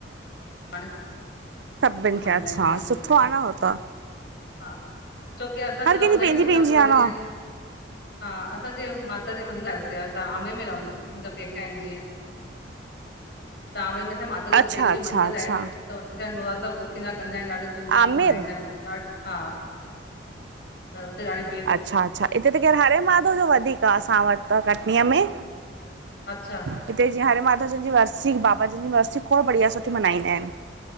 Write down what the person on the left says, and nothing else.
पाण, खे
मञंदा
<unintelligible>
सां
हा। छोकी असां त त
हदा
ई न मतलब
बोज
ईं। <unintelligible> हा। असांजे माता जे मंदिर हुते असां आमेर में रहंदा। मुंहिंजा पेका आहिनि जीअं। त। ओमरे र्मे छा माता जो
देवी जो
मंदिर
आहे। त हुते जा नवरात्र पोखींदा कंदा आहिनि ॾाढाे दूम दाम
सां मल्हाइंदा आहिनि हुत ॾा हा। त हुते डाढी
अच्छा।